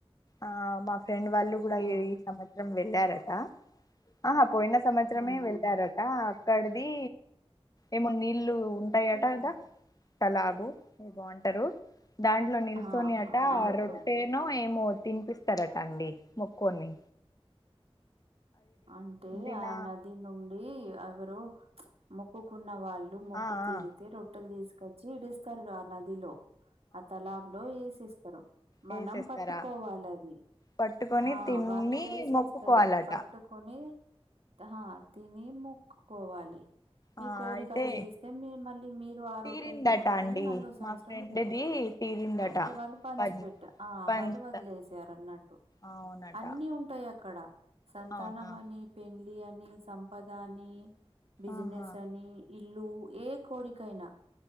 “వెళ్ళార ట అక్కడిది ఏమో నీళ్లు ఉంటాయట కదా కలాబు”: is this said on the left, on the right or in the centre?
Left